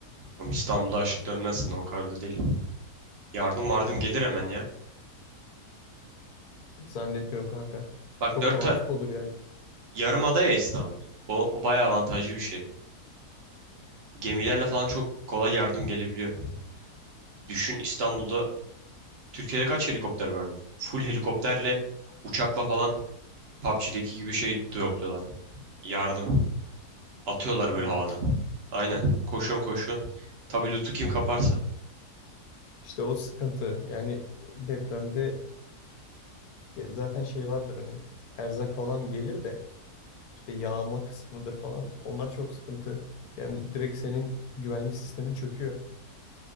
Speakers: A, on the right (about 50°); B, on the left (about 70°).
A: Ama İstanbul'da açlık dönmezsin o kadar da değil. Yardım vardım gelir hemen ya.
B: Zannetmiyorum kanka.
A: Bak
B: Çok
A: dört
B: kaotik
A: tar
B: olur ya
A: yarım ada ya İstanbul. O, o bayağı avantajlı bir şey. Gemilerle falan çok kolay yardım gelebiliyor. Düşün İstanbul'da Türkiye'de kaç helikopter vardır? Full helikopterle uçakla falan PUBG'deki gibi şey dropluyorlar. Yardım. Atıyorlar böyle
B: loot.
A: havadan. Aynen. Koşuyorsun koşuyorsun. Tabii lootu kim kaparsa.
B: İşte o sıkıntı. Yani depremde ya zaten şey vardır hani. Erzak falan gelir de işte yağma kısmıdır falan. Onlar çok sıkıntı. Yani direkt senin güvenlik sistemin çöküyor.